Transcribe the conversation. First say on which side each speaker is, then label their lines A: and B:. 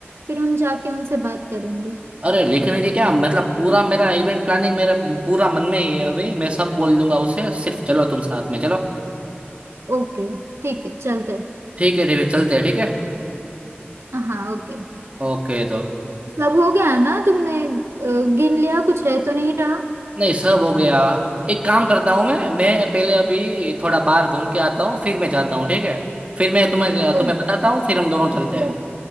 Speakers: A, on the right; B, on the right.
A: फिर हम जाके उनसे बात करेंगे
B: अरे लिखने के क्या मतलब पूरा मेरा इवेंट प्लानिंग मेरा पूरा मन में ही है अभी मैं सब बोल दूंगा उसे सिर्फ चलो तुम साथ में चलो
A: ओके ठीक है चलते हैं।
B: ठीक है ठीक है चलते हैं ठीक है
A: हाँ ओके अ,
B: ओके तो
A: सब हो गया ना तुमने अ, गिन लिया कुछ रह तो नहीं रहा
B: नहीं सब हो गया एक काम करता हूँ मैं मैं पहले अभी थोड़ा बाहर घूम के आता हूँ फिर मैं जाता हूँ ठीक है फिर मैं तुम्हें
A: Oh,
B: तुम्हें बताता हूँ फिर हम दोनों चलते हैं
A: oh,